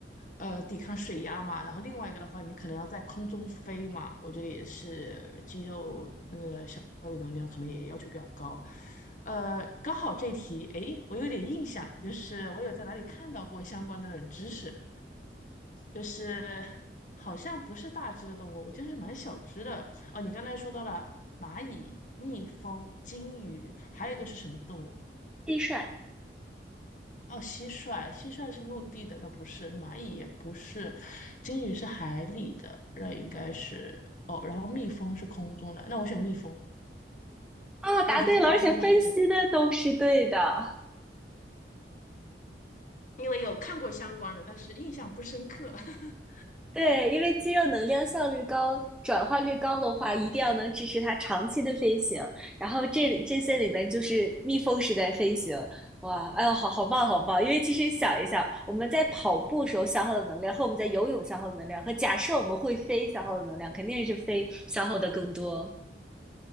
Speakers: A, on the left; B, in the centre.
A: 呃，抵抗水压嘛，然后另外一个的话，你可能要在空中飞嘛，我觉得也是肌肉效率能量可能也要求比较高。呃，刚好这题，诶，我有点印象，就是我有在哪里看到过相关的冷知识，就是好像不是大只的动物，我记得是蛮小只的。哦，你刚才说到了蚂蚁、蜜蜂、金鱼，还有一个是什么动物？
B: 蟋蟀。
A: 哦，蟋蟀，蟋蟀是陆地的，那不是，那蚂蚁也不是，金鱼是海里的，那应该是哦，然后蜜蜂是空中的，那我选蜜蜂，
B: 啊，答对了，
A: 因为我觉得它在空中一直
B: 而且分析的都是对的。
A: 因为有看过相关的，但是印象不深刻。<laughs>
B: 对，因为肌肉能量效率高、转化率高的话，一定要能支持它长期的飞行。然后这这些里面就是蜜蜂式在飞行，哇，哎呦，好好棒，好棒！因为其实想一想，我们在跑步时候消耗的能量和我们在游泳消耗的能量，和假设我们会飞消耗的能量，肯定是飞消耗的更多。